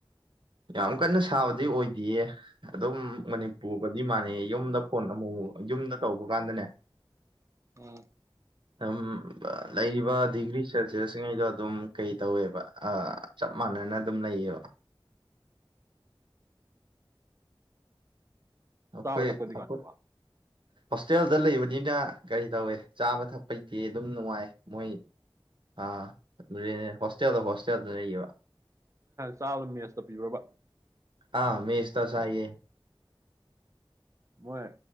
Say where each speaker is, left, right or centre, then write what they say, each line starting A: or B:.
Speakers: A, on the right; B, on the right.
A: ꯌꯥꯝ ꯀꯟꯅ ꯁꯥꯕꯗꯤ ꯑꯣꯏꯗꯌꯦ ꯑꯗꯨꯝ ꯃꯅꯤꯄꯨꯔ ꯗꯤ ꯃꯥꯅꯦ ꯌꯨꯝꯗ ꯐꯣꯟ ꯑꯃꯨꯛꯃꯨꯛ ꯌꯨꯝꯗ ꯇꯧꯕ ꯀꯥꯟꯗꯅꯦ
B: ꯎꯝ
A: ꯑꯗꯨꯝ ꯂꯩꯔꯤꯕ ꯗꯤꯒ꯭ꯔꯤ ꯁꯦꯜꯁꯤꯌꯁꯁꯤꯡꯉꯩꯗꯣ ꯑꯗꯨꯝ ꯀꯩ ꯇꯧꯋꯦꯕ ꯑꯞ ꯃꯥꯟꯅꯅ ꯑꯗꯨꯝ ꯂꯩꯌꯦꯕ ꯑꯄꯩ
B: ꯆꯥꯕ ꯊꯛꯄꯗꯤ
A: ꯑꯄ
B: ꯀꯃꯥꯏ ꯇꯧꯕ
A: ꯍꯣꯁꯇꯦꯜꯗ ꯂꯩꯕꯅꯤꯅ ꯀꯔꯤ ꯇꯧꯋꯦ ꯆꯥꯕ ꯊꯛꯄ ꯐꯤ ꯑꯗꯨꯝ ꯅꯨꯡꯉꯥꯏ ꯃꯣꯏ ꯑꯥ ꯍꯣꯁꯇꯦꯜꯗ ꯍꯣꯁꯇꯦꯜꯗ ꯂꯩꯌꯦꯕ
B: ꯆꯥꯕ ꯃꯦꯁꯇ ꯄꯤꯔꯔꯕ
A: ꯑꯥ ꯃꯦꯁꯇ ꯆꯥꯏꯌꯦ
B: ꯃꯣꯏ